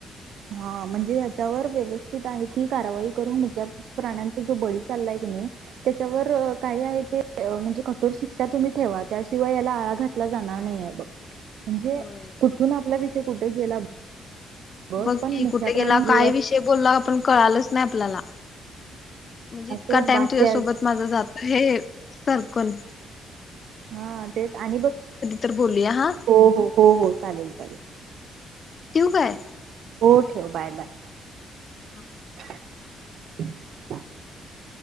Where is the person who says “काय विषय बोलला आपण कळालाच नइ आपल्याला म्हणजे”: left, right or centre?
Left